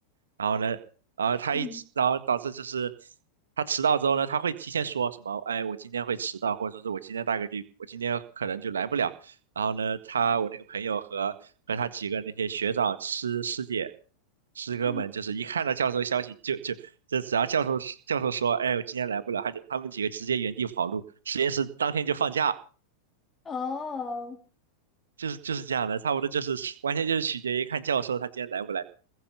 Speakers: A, on the right; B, on the left.
A: 然后呢，然后他一迟，
B: 嗯
A: 然后导致就是他迟到之后呢，他会提前说什么，哎，我今天会迟到，或者说是我今天大概率，我今天可能就来不了。然后呢，他我那个朋友和和他几个那些学长、师师姐、师哥们，
B: 嗯，
A: 就是一看到教授消息就就就只要教授教授说，哎，我今天来不了，他就他们几个直接原地跑路，实验室当天就放假，
B: 哦。
A: 就是就是这样的，差不多就是完全就是取决于看教授他今天来不来